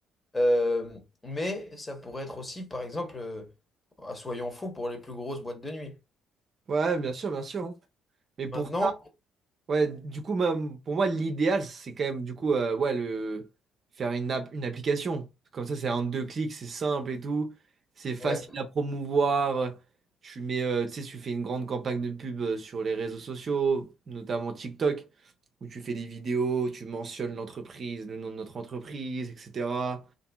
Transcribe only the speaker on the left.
Euh, mais ça pourrait être aussi, par exemple, euh, ah, soyons fous pour les plus grosses boîtes de nuit.
Maintenant,
ouais.